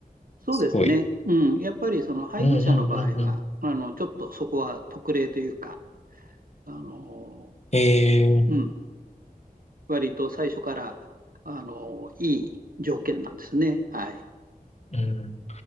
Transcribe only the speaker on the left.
すごい。
うんうんうんうん。
えー、
うん。